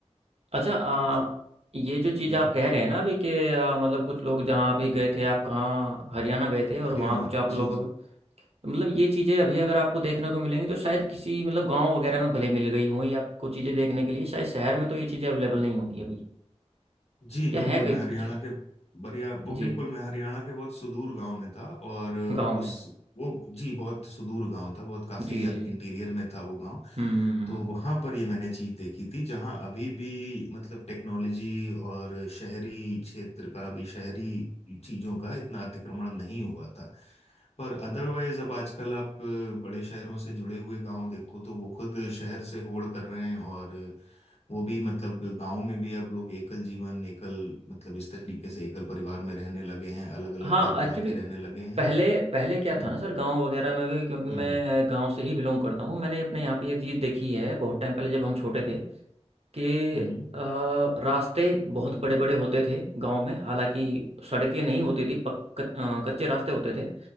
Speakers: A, on the right; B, on the left.
A: अच्छा अ,
B: जो
A: ये जो चीज़
B: हम्म।
A: आप कह रहे हैं ना अभी कि अ, मतलब कुछ लोग जहाँ अभी गए थे आप कहाँ हरियाणा गए थे और
B: हरियाणा
A: वहाँ कुछ आप लोगों
B: जी जी
A: को मतलब ये चीज़ें अभी अगर आपको देखने को मिलेंगी तो शायद किसी मतलब गांव वगैरह में भले मिल गई हों ये आपको चीज़ें देखने के लिए शायद शहर में तो ये चीज़ें अवेलेबल नहीं होंगी अभी
B: जी बिल्कुल
A: या है कई
B: मैं हरियाणा
A: कुछ ऐसे-
B: के बढ़िया वो
A: जी
B: बिल्कुल मैं हरियाणा के बहुत सुदूर गांव में था और उस
A: गाँव में
B: वो जी बहुत सुदूर गांव था बहुत काफी
A: जी जी
B: इंटीरियर में था वो गांव
A: हम्म हम्म,
B: तो
A: हम्म।
B: वहां पर ये मैंने चीज देखी थी जहां अभी भी मतलब टेक्नोलॉजी और शहरी क्षेत्र का अभी शहरी चीजों का इतना अतिक्रमण नहीं हुआ था पर अदरवाइज अब आजकल आप बड़े शहरों से जुड़े हुए गांव देखो तो वो खुद शहर से होड़ कर रहे हैं और वो भी मतलब गांव में भी अब लोग एकल जीवन एकल मतलब इस तरीके से एकल परिवार में रहने लगे हैं अलग अलग
A: हाँ
B: घर
A: एक्चुअली
B: बना के रहने लगे हैं
A: पहले पहले क्या
B: हम्म
A: था ना सर गांव वगैरह में भी क्योंकि मैं
B: हम्म
A: गांव से ही बिलोंग करता हूँ मैंने अपने यहाँ पे ये चीज़ देखी है बहुत टाइम पहले जब हम छोटे थे कि
B: हम्म
A: अ, रास्ते बहुत बड़े बड़े होते थे गांव में हालांकि सड़कें नहीं होती थी पक, कच- अ, कच्चे रास्ते होते थे